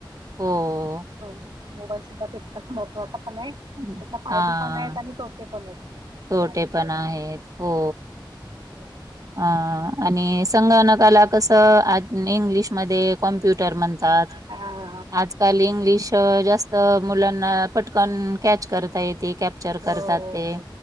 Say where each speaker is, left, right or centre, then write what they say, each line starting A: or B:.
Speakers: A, on the right; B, on the right.
A: हो.
B: <inaudible> मोबाईल सुद्धा तितकाच महत्त्वाचा पण आहे
A: हं.
B: त्याचे फायदे
A: हां,
B: पण आहेत आणि तोटे पण आहेत सं बघायला
A: तोटे
B: गेलं..
A: पण आहेत हो
B: हो.
A: अ आणि संगणकाला कसं इंग्लिशमध्ये कॉम्प्यु म्प्युटर म्हणतात
B: हां हां
A: आज काल इंग्लिश जास्त मुलांना पटकन कॅच करता येते कॅप्चर
B: हो
A: करतात
B: हो
A: ते
B: हो